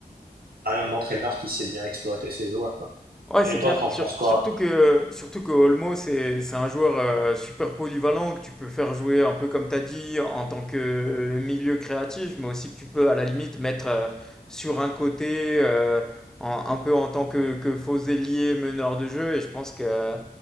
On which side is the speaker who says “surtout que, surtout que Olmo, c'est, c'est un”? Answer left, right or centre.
Centre